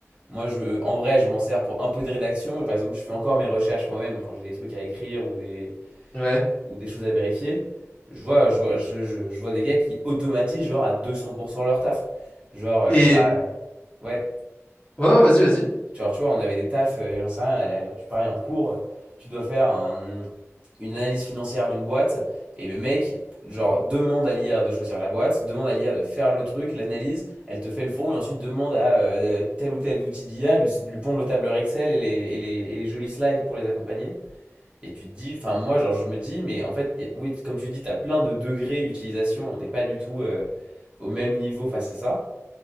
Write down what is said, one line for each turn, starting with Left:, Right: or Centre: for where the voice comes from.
Right: Moi, je, en vrai, je m'en sers pour un peu de rédaction, mais par exemple, je fais encore mes recherches moi-même quand j'ai des trucs à écrire ou des,
Left: Ouais.
Right: ou des choses à vérifier. Je vois, je vois, je, je, je vois des gars qui automatisent, genre, à 200% leur taf. Genre, euh,
Left: Et
Right: t'as- ouais,
Left: ouais, vas-y, vas-y.
Right: genre, tu vois, on avait des tafs, euh, j'en sais rien, euh, tu paries en cours, tu dois faire un, une analyse financière d'une boîte et le mec, genre, demande à l'IA de choisir la boîte, demande à l'IA de faire le truc, l'analyse, elle te fait le fond et ensuite demande à euh, tel ou tel outil d'IA, lui, lui pondre le tableur Excel et les, et les, et les jolis slides pour les accompagner. Et tu te dis, enfin, moi, genre, je me dis, mais en fait, y a- oui, comme tu dis, t'as plein de degrés d'utilisation et on n'est pas du tout euh, au même niveau face à ça.